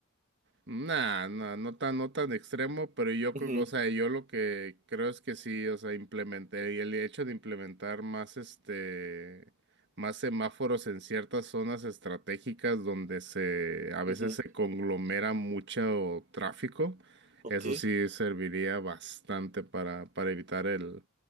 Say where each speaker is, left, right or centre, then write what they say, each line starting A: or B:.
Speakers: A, on the right; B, on the right.
A: Nah, no no tan, no tan extremo, pero yo
B: Ujú,
A: creo que, o sea, yo lo que creo es que sí, o sea, implementé, y el hecho de implementar más este, más semáforos en ciertas zonas estratégicas donde se, a veces
B: ujú.
A: se conglomera mucho tráfico,
B: Ok.
A: eso sí serviría bastante para, para evitar el,